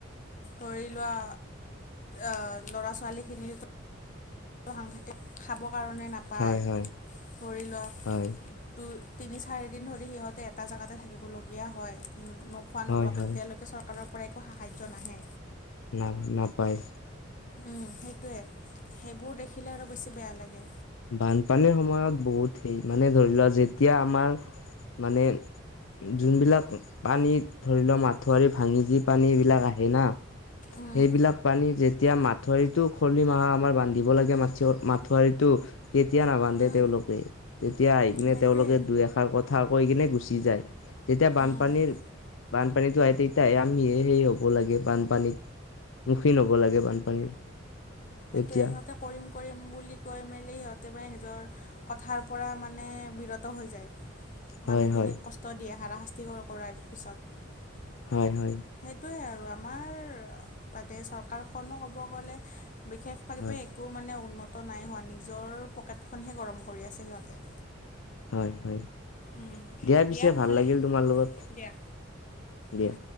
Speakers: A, on the left; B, on the left.
A: ধৰি লোৱা অ লৰা ছোৱালখিনিৰ সাংঘাতিক খাব কাৰণে নাপায়
B: হয় হয়
A: ধৰি লোৱা
B: হয়
A: দুই তিনি চাৰিদিন ধৰি সিহঁতে এটা জেগাতে থাকিবলগীয়া হয়। খোৱা নোলোৱাকৈ
B: হয় হয়
A: যেতিয়ালৈকে চৰকাৰৰ পৰা একো সাহায্য নাহে।
B: না-নাপায়।
A: উম সেইটোৱে সেইবোৰ দেখিলে আৰু বেছি বেয়া লাগে।
B: বানপানীৰ সময়ত বহুত সেই মানে ধৰি লোৱা যেতিয়া আমাৰ মানে যোনবিলাক পানীত ধৰি লওক মাঠুৱৰি ভাঙি যি পানী এইবিলাক আহে না
A: উম
B: সেইবিলাক পানী যেতিয়া মাথাৱৰিটো খলি মাহৰ আমাৰ বান্ধিব লাগে মা-মাথৰিটো তেতিয়া নাবান্ধে
A: উম,
B: তেওঁলোকে তেতিয়া আহি কিনে
A: সেইটোৱে
B: তেওঁলোকে দুই এ কথা কৈ কিনে গুচি যায় যেতিয়া বানপানীৰ
A: উম
B: বানপানীতো আহে তেতিয়াহে আমিহে সেই হ'ব লাগে বানপানীত। মুখীন হব লাগে বানপানীৰ।
A: সেইটোৱে
B: তেতিয়া
A: সিহঁতে কৰিম কৰিম বুলি কৈ মেলি সিহঁতে মানে নিজৰ কথাৰ পৰা মানে বিৰত হৈ যায়।
B: হয়
A: মানুহখিনিক
B: হয়
A: কষ্ট দিয়ে হাৰাশাস্তি কৰায় পিছত।
B: হয় হয়
A: সেইটোৱে আৰু আমাৰ তাতে চৰকাৰখনো ক'ব গ'লে বিশেষ <unintelligible>
B: হয়
A: একো মানে উন্নত নাই হোৱা নিজৰ পকেটখনহে গৰম কৰি আছে সিহঁতে।
B: হয় হয়
A: উম,
B: দিয়া পিছে
A: নহ'লে
B: ভাল লাগিল তোমাৰ লগত
A: দিয়া
B: দিয়া।
A: উম